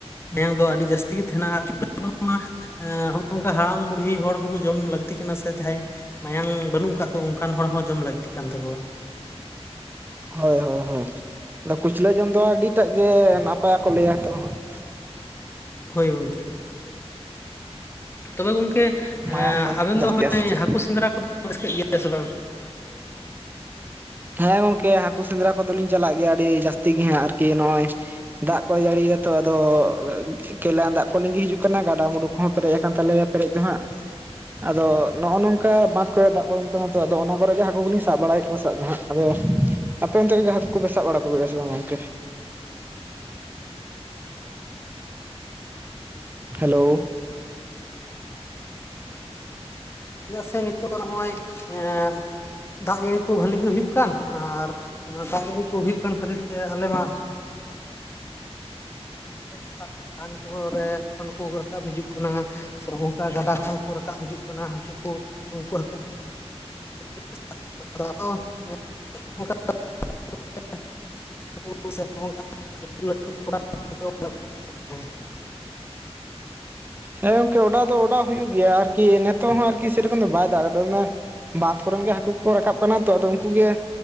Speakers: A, on the left; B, on the right.
A: ᱢᱮᱱ ᱫᱚ ᱟᱹᱰᱤ ᱡᱟᱹᱥᱛᱤ ᱜᱮ ᱛᱟᱦᱮᱱᱟ ᱾ <unintelligible> ᱱᱚᱝᱠᱟ ᱦᱟᱲᱟᱢᱼ ᱵᱩᱰᱦᱤ ᱦᱚᱲ ᱦᱚᱸᱠᱚ ᱡᱚᱢ ᱞᱟᱹᱠᱛᱤ ᱠᱟᱱᱟ ᱥᱮ ᱡᱟᱦᱟᱸᱭ ᱾ ᱢᱟᱭᱟᱝ ᱵᱟᱱᱩᱜ ᱟᱠᱟᱫ ᱠᱚ ᱚᱱᱠᱟᱱ ᱦᱚᱲ ᱦᱚᱸ ᱡᱚᱢ ᱞᱟᱹᱠᱛᱤ ᱠᱟᱱ ᱛᱟᱠᱚᱣᱟ ᱾
B: ᱦᱳᱭ ᱦᱳᱭ ᱦᱳᱭ ᱟᱫᱟ ᱠᱩᱪᱞᱟᱹ ᱡᱚᱢ ᱫᱚ ᱟᱹᱰᱤᱴᱟᱜ ᱜᱮ ᱱᱟᱯᱟᱭ ᱠᱚ ᱞᱟᱹᱭᱟ ᱛᱚ ᱦᱟᱸᱜ ᱾
A: ᱦᱳᱭ ᱜᱚᱝᱠᱮ ᱛᱚᱵᱮ ᱜᱚᱝᱠᱮ
B: ᱢᱟᱭᱟᱝ
A: ᱮ
B: ᱠᱚ
A: ᱟᱵᱮᱱ
B: ᱡᱟᱹᱥᱛᱤᱜᱼᱟ
A: ᱫᱚ ᱢᱟᱱᱮ
B: ᱥᱮ ᱪᱮᱫ
A: ᱦᱟᱹᱠᱩ ᱥᱮᱸᱫᱽᱨᱟ ᱠᱚᱫᱚ ᱨᱟᱹᱥᱠᱟᱹᱜ ᱜᱮᱭᱟ ᱥᱮ ᱵᱟᱝ?
B: ᱦᱮᱸ ᱜᱚᱝᱠᱮ ᱦᱟᱹᱠᱩ ᱥᱮᱸᱫᱽᱨᱟ ᱠᱚᱫᱚᱞᱤᱧ ᱪᱟᱞᱟᱜ ᱜᱮᱭᱟ ᱟᱹᱰᱤ ᱡᱟᱹᱥᱛᱤ ᱜᱮ ᱦᱟᱸᱜ ᱟᱨᱠᱤ ᱱᱚᱜᱼᱚᱭ ᱾ ᱫᱟᱜ ᱠᱚᱭ ᱡᱟᱹᱲᱤ ᱮᱫᱟ ᱛᱚ ᱟᱫᱚ ᱾ ᱠᱮᱞᱟᱱ ᱫᱟᱜ ᱠᱚ ᱞᱤᱸᱜᱤ ᱦᱤᱡᱩᱜ ᱠᱟᱱᱟ ᱜᱟᱰᱟᱼᱢᱩᱰᱩ ᱠᱷᱚᱱ ᱯᱮᱨᱮᱡ ᱟᱠᱟᱱ ᱛᱟᱞᱮᱭᱟ ᱯᱮᱨᱮᱡ ᱫᱚ ᱦᱟᱸᱜ ᱾ ᱟᱫᱚ ᱱᱚᱜᱼᱚ ᱱᱚᱝᱠᱟ ᱵᱟᱸᱫᱷ ᱠᱚᱨᱮ ᱫᱟᱜ ᱵᱚᱞᱚᱱ ᱛᱚ ᱟᱫᱚ ᱚᱱᱟ ᱠᱚᱨᱮ ᱜᱮ ᱦᱟᱹ ᱩᱱᱤ ᱥᱟᱵ ᱵᱟᱲᱟᱭᱮᱜ ᱠᱚᱣᱟ ᱥᱟᱵ ᱫᱚ ᱦᱟᱸᱜ ᱟᱫᱚ ᱟᱯᱮ ᱚᱱᱛᱮ ᱜᱮ ᱦᱟᱹᱠᱩ ᱠᱚᱯᱮ ᱥᱟᱵ ᱵᱟᱲᱟ ᱠᱚᱜᱮᱭᱟ ᱥᱮ ᱵᱟᱝ ᱜᱚᱝᱠᱮ? ᱦᱮᱞᱳ ᱾
A: ᱪᱮᱫᱟᱜ ᱥᱮ ᱱᱤᱛᱚᱜ ᱱᱚᱜᱼᱚᱭ ᱮ ᱾ ᱫᱟᱜ ᱡᱟᱹᱲᱤ ᱠᱚ ᱵᱷᱟᱹᱞᱤ ᱜᱮ ᱦᱩᱭᱩᱜ ᱠᱟᱱ ᱟᱨ ᱚᱱᱟ ᱫᱟᱜ ᱡᱟᱹᱲᱤ ᱠᱚ ᱦᱩᱭᱩᱜ ᱠᱟᱱ ᱠᱷᱟᱹᱛᱤᱨ ᱛᱮ ᱟᱞᱮ ᱢᱟ ᱾ <inaudible> ᱵᱟᱝ ᱠᱚ ᱨᱮ ᱠᱷᱚᱱ ᱠᱚ ᱨᱟᱠᱟᱵ ᱦᱤᱡᱩᱜ ᱠᱟᱱᱟ ᱥᱮ ᱚᱱᱠᱟ ᱜᱟᱰᱟ ᱠᱷᱚᱱ ᱾ ᱠᱚ ᱨᱟᱠᱟᱵ ᱦᱤᱡᱩᱜ ᱠᱟᱱᱟ ᱦᱟᱹᱠᱩ ᱠᱚ ᱩᱱᱠᱩ ᱦᱟᱹᱠᱩ ᱾ <unintelligible> <inaudible> ᱥᱮ ᱱᱚᱝᱠᱟ ᱞᱟᱹᱴᱩ ᱞᱟᱹᱴᱩ <unintelligible> <unintelligible>
B: ᱦᱮᱸ ᱜᱚᱝᱠᱮ ᱚᱰᱟᱣ ᱫᱚ ᱚᱰᱟᱣ ᱦᱩᱭᱩᱜ ᱜᱮᱭᱟ ᱟᱨᱠᱤ ᱱᱤᱛᱚᱜ ᱦᱚᱸ ᱟᱨᱠᱤ ᱥᱮᱨᱚᱠᱚᱢ ᱫᱚ ᱵᱟᱭ ᱫᱟᱜ ᱠᱟᱫᱟ <unintelligible> ᱾ ᱵᱟᱸᱫᱷ ᱠᱚᱨᱮᱱ ᱜᱮ ᱦᱟᱹᱠᱩ ᱠᱚ ᱨᱟᱠᱟᱵ ᱠᱟᱱᱟ ᱛᱚ, ᱟᱫᱚ ᱩᱱᱠᱩ ᱜᱮᱼᱼ